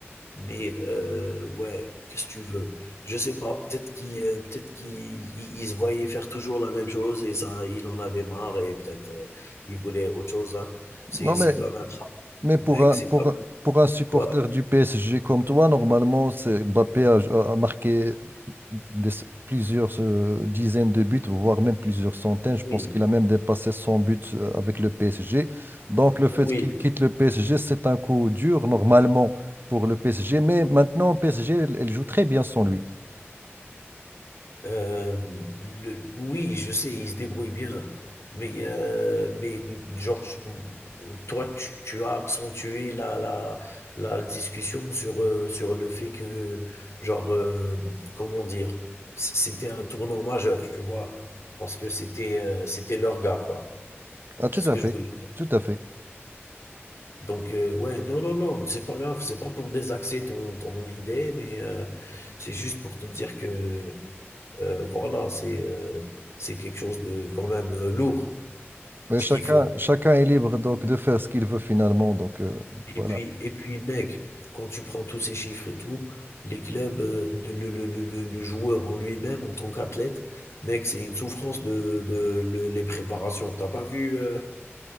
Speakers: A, on the left; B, on the right.
A: Mais euh, ouais, qu'est-ce que tu veux? Je sais pas, peut-être qu'il euh, peut-être qu'il il- il se voyait faire toujours la même chose et ça, il en avait marre et peut-être euh, il voulait autre chose. hein. C'est
B: Non, mais
A: c'est comme un travail.
B: Mais pour
A: Mec,
B: un,
A: c'est
B: pour,
A: comme
B: un pour un supporter
A: quoi?
B: du PSG comme toi, normalement, c'est Mbappé a, a- a marqué des- plusieurs euh, dizaines de buts, voire même plusieurs centaines. Je
A: Oui,
B: pense qu'il a même dépassé 100 buts euh, avec le PSG. Donc, le fait
A: oui.
B: qu'il quitte le PSG, c'est un coup dur, normalement, pour le PSG. Mais maintenant, PSG, elle, elle joue très bien sans lui.
A: Hem, le oui, je sais, il se débrouille bien, mais heu, mais genre, toi, tu tu as accentué la la la discussion sur, heu, sur le fait que genre, hem, comment dire? C c'était un tournant majeur, tu vois? Parce que c'était, heu, c'était leur gars, quoi.
B: Ah, tout
A: C'est ce
B: à
A: que
B: fait.
A: je voulais dire.
B: Tout à fait.
A: Donc heu, ouais, non, non, non, c'est pas grave, c'est pas pour désaxer ton ton idée, mais heu, c'est juste pour te dire que euh, voilà, c'est euh, c'est quelque chose de quand même euh, lourd,
B: Mais
A: ce
B: chacun,
A: qu'ils font.
B: chacun est libre
A: Et
B: donc,
A: puis,
B: de faire ce qu'il veut finalement. Donc, euh,
A: et
B: voilà.
A: puis, et puis, mec, quand tu prends tous ces chiffres et tout, les clubs, euh, de- le, le- le- le- le joueur en lui-même, en tant qu'athlète, mec, c'est une souffrance de, de- le- les préparations. T'as pas vu, euh,